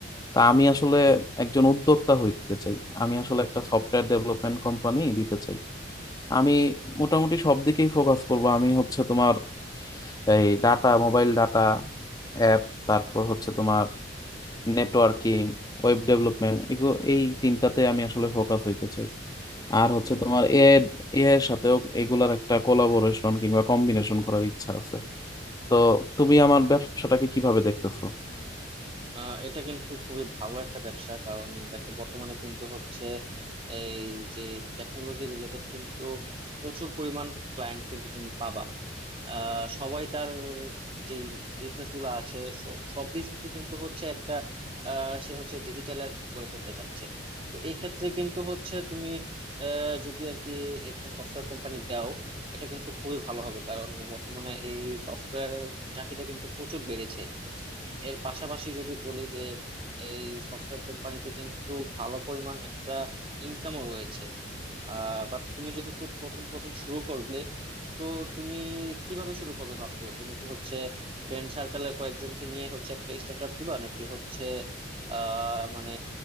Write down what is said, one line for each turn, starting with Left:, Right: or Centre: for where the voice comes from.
Left: তা আমি আসলে একজন উদ্যোক্তা হইতে চাই আমি আসলে একটা সফটওয়্যার ডেভেলপমেন্ট কোম্পানি দিতে চাই আমি মোটামুটি সব দিকেই ফোকাস করব আমি হচ্ছে তোমার এই ডাটা মোবাইল ডাটা অ্যাপ তারপর হচ্ছে তোমার নেটওয়ার্কিং ওয়েব ডেভেলপমেন্ট এগুলো এই তিনটাতে আমি আসলে ফোকাস হইতে চাই আর হচ্ছে তোমার এ এ এর সাথেও এগুলার একটা কোলাবোরেশন কিংবা কম্বিনেশন করার ইচ্ছা আছে তো তুমি আমার ব্যবসাটাকে কিভাবে দেখতেছো
Right: আহ এটা কিন্তু খুবই ভালো একটা ব্যবসা কারণ দেখো বর্তমানে কিন্তু হচ্ছে এই যে টেকনোলজি রিলেটেড কিন্তু প্রচুর পরিমাণ ক্লায়েন্ট কিন্তু তুমি পাবা আহ সবাই তার যে বিজনেস গুলো আছে স- সব বিজনেসই কিন্তু হচ্ছে একটা আহ সে হচ্ছে ডিজিটালাইজ করে ফেলতে চাচ্ছে তো এই ক্ষেত্রে কিন্তু হচ্ছে তুমি আহ যদি আর কি একটা সফটওয়্যার কোম্পানি দাও এটা কিন্তু খুবই ভালো হবে কারণ বর্তমানে এই সফটওয়্যার চাহিদা কিন্তু প্রচুর বেড়েছে এর পাশাপাশি যদি বলি যে এই সফটওয়্যার কোম্পানিতে কিন্তু ভালো পরিমাণ একটা ইনকামও রয়েছে আহ বাট তুমি যেহেতু প্রথম প্রথম শুরু করবে তো তুমি কিভাবে শুরু করবে ভাবছো তুমি কি হচ্ছে ফ্রেন্ড সার্কেলের কয়েকজনকে নিয়ে হচ্ছে একটা স্টার্ট আপ দিবা নাকি হচ্ছে আহ মানে